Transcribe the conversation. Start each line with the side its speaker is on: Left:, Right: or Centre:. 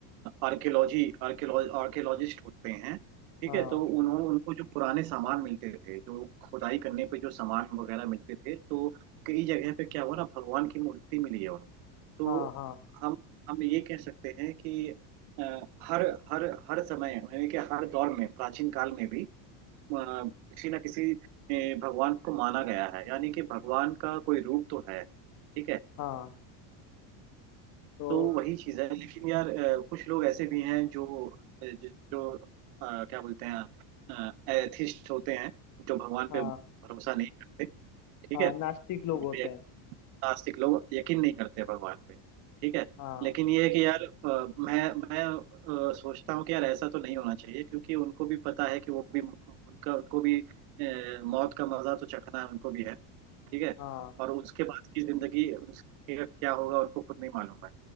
Right: आर्कियोलॉजी आर्कियोलॉजिस्ट होते हैं ठीक
Left: हाँ
Right: है तो उन्होंने उनको जो पुराने सामान मिलते थे जो खुदाई करने पे जो सामान वगैरह मिलते थे तो कई जगह पे क्या हुआ ना भगवान की मूर्ति मिली है उनको तो
Left: हाँ हाँ
Right: हम हम ये कह सकते हैं कि अ, हर हर हर समय यानी कि हर दौर में प्राचीन काल में भी अ, किसी ना किसी अ, भगवान को माना गया है यानी कि भगवान का कोई रूप तो है ठीक है
Left: हाँ तो
Right: तो वही चीज है लेकिन यार अ, कुछ लोग ऐसे भी हैं जो जो, जो अ, क्या बोलते हैं एथिस्ट होते हैं जो भगवान
Left: हाँ
Right: पे भरोसा नहीं करते ठीक
Left: हाँ
Right: है
Left: नास्तिक लोग
Right: उनको
Left: होते
Right: ये-
Left: हैं
Right: नास्तिक लोग यकीन नहीं करते भगवान पे ठीक है
Left: हाँ
Right: लेकिन ये है कि यार अ, मैं मैं अ, सोचता हूँ कि यार ऐसा तो नहीं होना चाहिए क्योंकि उनको भी पता है कि वो भी उनका उनको भी अ, मौत का मजा तो चखना है उनको भी है ठीक है
Left: हाँ
Right: और उसके बाद की जिंदगी उसके क्या होगा उनको खुद नहीं मालूम है